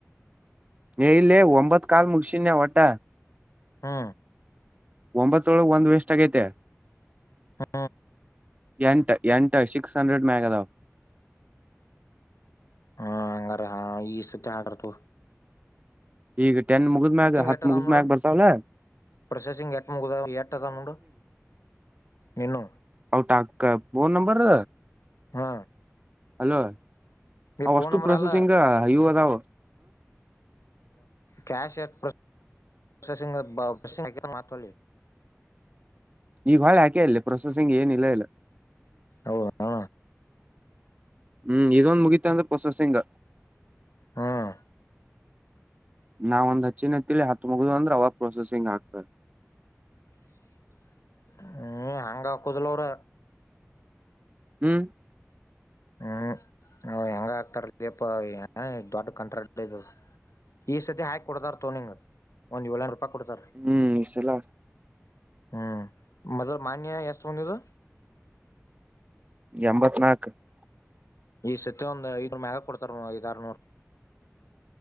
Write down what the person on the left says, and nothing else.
ಹಾ
ಹಾ
ಹ್ಮ ಹಂಗಾರ ಹ ಈ ಸತಿ ಆಡಾರ್ ತಗೋ
ಎಟ್ ಅದಾವ
ನೋಡು
ಪ್ರೊಸೆಸಿಂಗ್ ಎಟ್ ಮುಗದಾವ ಎಟ್ ಮುಗುದಾವ್ ನೋಡು ನೀನು
ಹಾ
ಈ
ಫೋನ್
ನಂಬರ್
ಅಲ್ಲ
ಕ್ಯಾಷ್ ಆ ಪ್ರೊಸೆಸಿಂಗ್ ಮಾತ್
ಹೂ ಹೂ
ಹ್ಮ್
<unintelligible> ಹ್ಮ್ ಹಂಗ ಹಾಕುದಲ ಅವ್ರ
ಹ್ಮ್ ಹೆಂಗ ಆಕ್ತಾರ ದೀಪ ದೊಡ್ಡ ಕಂತ್ರಾಟ್ ಈ ಸತಿ ಹಾಕಿ ಕೊಡತಾರ ತೋ ನಿಂಗ ಒಂದ್ ಏಳರ ಕೊತಾರೆ
ಹ್ಮ್ ಮೊದಲು ಮಾನ್ಯೆ ಎಷ್ಟು <unintelligible>
ಈ ಸತಿ ಒಂದ್ ಐದನೂರ್ ಮ್ಯಾಗ ಕೊಡ್ತಾರ ಐದರ್ನೂರ್